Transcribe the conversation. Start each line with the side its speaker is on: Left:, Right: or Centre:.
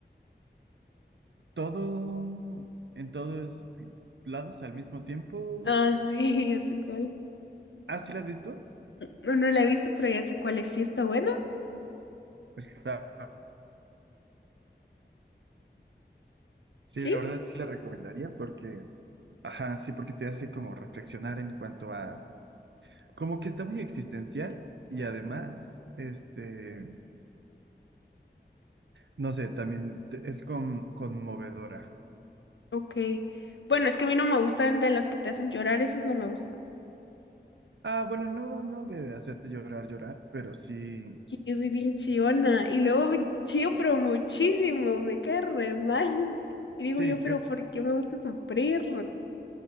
Right: todo en todos lados al mismo tiempo.
Left: Ah, sí, <laughs> ya sé cuál.
Right: ¿Ah, sí la has visto?
Left: No, no la he visto, pero ya sé cuál es. Sí está buena,
Right: Está... Sí,
Left: ¿sí?
Right: la verdad sí la recomendaría porque Ajá, sí, porque te hace como reflexionar en cuanto a, como que está muy existencial y además, este, no sé, también te- es con, conmovedora.
Left: Ok. Bueno, es que a mí no me gustan de las que te hacen llorar, esas no me gustan.
Right: Ah, bueno, no, no de hacerte llorar, llorar, pero sí,
Left: que yo soy bien chillona y luego me chío pero muchísimo, me cae re mal. Y digo
Right: sí,
Left: yo, pero
Right: ca-
Left: ¿por qué me gusta sufrir?